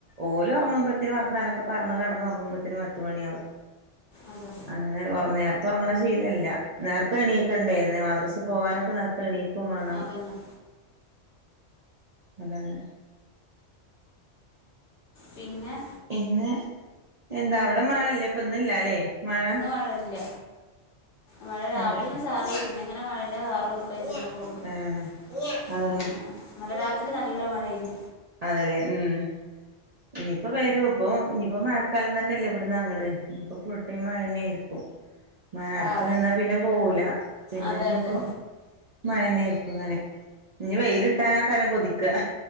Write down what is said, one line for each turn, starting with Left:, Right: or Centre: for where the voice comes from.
Right: ഓല് ഒറങ്ങുമ്പത്തേന് വർത്താനംക്കെ പറഞ്ഞ് കടന്ന്റങ്ങുമ്പോത്തേന് പത്ത് മണിയാവും.
Left: അതെ
Right: അങ്ങനെ ഒറ നേരത്തെ ഒറങ്ങണ ശീലല്ല, നേരത്തെ എണീക്കണ്ടേ മദ്രസയിൽ പോവാനൊക്കെ നേര തണീക്കും വേണം.
Left: അതന്നെ
Right: അതാണ്.
Left: പിന്നെ.
Right: ഇന്ന് എന്താ അവിടെ മഴ ഇല്ലേ, ഇപ്പന്ന്ല്ലല്ലേ മഴ.
Left: മഴല്ല മഴ രാവിലെ
Right: അതെ
Left: ഒന്ന് ചാറി, പിന്നെങ്ങനെ മഴന്റെ കാറും ഇതൊ ക്കെ ആയിട്ട് ഇങ്ങനെ പോണ്ട്,
Right: ആഹ്
Left: ആഹ്
Right: അതന്നെ
Left: ആഹ് ഇന്നലെ രാത്രി നല്ല മഴേനി.
Right: അതല്ലേ ഉം ഇനിയിപ്പോ വരും, ഇപ്പോ ഇനിയിപ്പോ മഴക്കാലം തന്നെയല്ലേ ഇവിടന്ന് അങ്ങട്. ഇഞ്ഞ് ഇപ്പോ ഫുൾ ടൈം മഴന്നേയിരിക്കും. മഴ
Left: ആ
Right: അടച്ചു
Left: അതെ
Right: നിന്നാ പിന്നെ പോവൂല, പിന്നെരിഞ്ഞ്
Left: അതെ അതെ
Right: ഇപ്പോ മഴന്നെയിരിക്കും ഇങ്ങനെ ഇനി വെയിലിട്ടാനകാരം കൊതിക്ക.